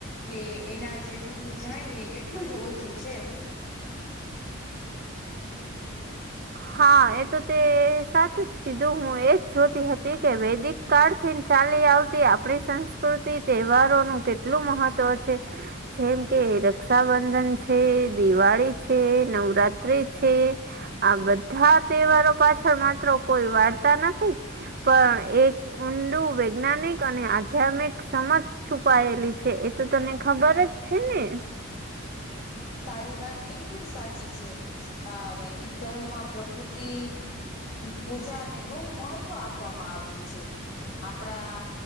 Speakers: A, on the left; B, on the right.
A: કે એના જેટલું જાણીએે એટલું જ ઓછું છે.
B: હા, એ તો તે સાચું જ કીધું. હું એજ જોતી હતી કે વૈદિક કાળ થી ચાલી આવતી, આપણી સંસ્કૃતિ તહેવારોનું કેટલું મહત્વ છે? જેમ કે રક્ષાબંધન છે, દિવાળી છે, નવરાત્રી છે. આ બધા તહેવારો પાછળ માત્ર કોઈ વાર્તા નથી, પણ એક ઊંડું વૈજ્ઞાનિક અને આધ્યાત્મિક સમજ. છુપાયેલી છે, એ તો તને ખબર જ છે ને.
A: તારી વાત બિલકુલ સાચી છે. આ વૈદિક ધર્મમાં પ્રકૃતિ પૂજા ને બહુ મહત્વ આપે. આપ આવ્યું છે, આપણા